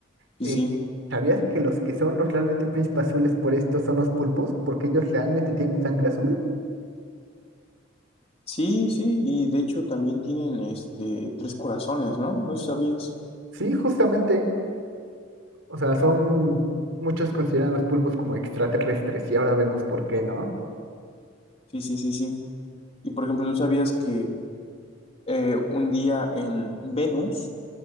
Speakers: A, on the right (about 75°); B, on the left (about 30°).
A: Eh,
B: Sí, sí.
A: ¿sabías que los que son los realmente príncipes azules por esto son los pulpos? Porque ellos realmente tienen sangre azul.
B: Sí, sí, y de hecho también tienen este tres corazones, ¿no? No sé si sabías.
A: Sí, justamente. O sea, son... Muchos consideran a los pulpos como extraterrestres y ahora vemos por qué, ¿no?
B: Sí, sí, sí, sí. Y por ejemplo, ¿tú sabías que eh, un día en Venus,